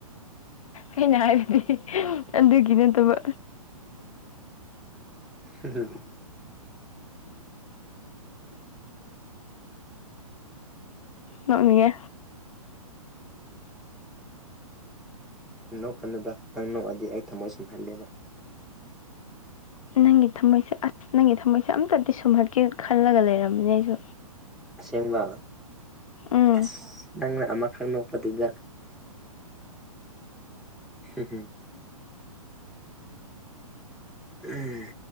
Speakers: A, on the left (about 65°); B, in the centre.
A: ꯑꯩꯅ ꯍꯥꯏꯕꯗꯤ ꯑꯗꯨꯒꯤ ꯅꯠꯇꯕ
B: ꯍꯝ
A: ꯅꯣꯛꯅꯤꯡꯉꯦ
B: ꯅꯣꯛꯀꯥꯅꯨꯗ ꯅꯪ ꯅꯣꯛꯑꯗꯤ ꯑꯩ ꯊꯝꯃꯣꯏ ꯁꯨꯝꯍꯠꯂꯦꯕ
A: ꯅꯪꯒꯤ ꯊꯝꯃꯣꯏꯁꯦ ꯑꯁ ꯅꯪꯒꯤ ꯊꯝꯃꯣꯏꯁꯦ ꯑꯝꯇꯥꯗꯤ ꯁꯨꯝꯍꯠꯀꯦ ꯈꯜꯂꯒ ꯂꯩꯔꯝꯅꯦ ꯑꯩꯁꯨ
B: ꯑꯁꯦꯡꯕ
A: ꯎꯝ
B: ꯑꯁ ꯅꯪꯅ ꯑꯃꯥꯈꯛ ꯅꯣꯛꯄꯗꯨꯗ ꯍꯝ ꯍꯝ ꯎꯝ